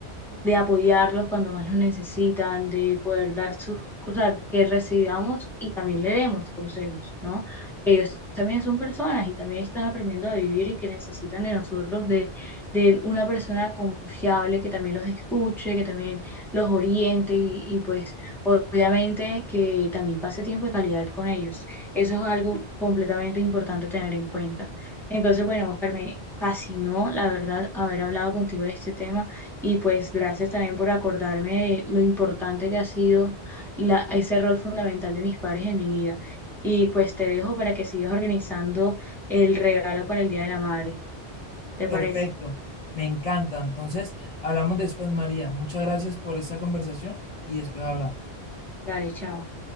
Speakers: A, in the centre; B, on the left (about 45°).
A: de apoyarlos cuando más los necesitan, de poder dar sus, o sea, que recibamos y también le demos consejos, ¿no? Que ellos también son personas y también están aprendiendo a vivir y que necesitan de nosotros, de, de una persona confiable que también los escuche, que también los oriente y, y pues obviamente que también pase tiempo de calidad con ellos. Eso es algo completamente importante a tener en cuenta. Entonces, bueno, Oscar, me fascinó, la verdad, haber hablado contigo de este tema. Y pues gracias también por acordarme de lo importante que ha sido la, ese rol fundamental de mis padres en mi vida. Y pues te dejo para que sigas organizando el regalo para el Día de la Madre. ¿Te
B: Perfecto,
A: parece?
B: me encanta. Entonces, hablamos después, María. Muchas gracias por esta conversación y después hablamos.
A: Dale, chao.